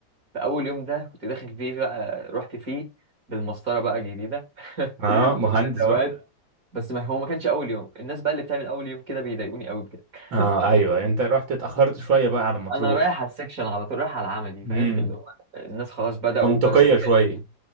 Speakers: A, on the right; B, on the right.
A: فاول يوم ده كنت داخل فيه بقى رحت فيه بالمسطره بقى الجديده <laughs>
B: ها مهندس
A: والادوات
B: بقى
A: بس ما هو ما كانش اول يوم الناس بقى اللي بتعمل اول يوم كده بيضايقوني قوي بجد
B: اه
A: <laughs>
B: ايوه انت رحت اتاخرت شويه بقى على ما تروح
A: انا رايح على السكشن على طول رايح على العملي فاهم
B: امم
A: اللي هو الناس خلاص بداوا
B: منطقيه
A: بداوا يحلوا.
B: شويه